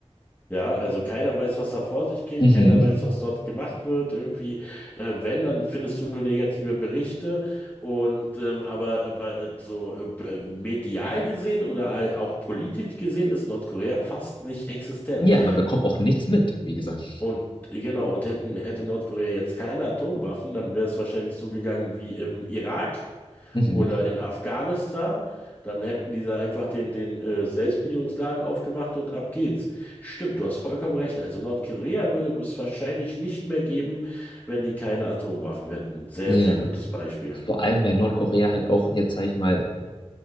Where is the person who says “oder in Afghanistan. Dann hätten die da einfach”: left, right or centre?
Left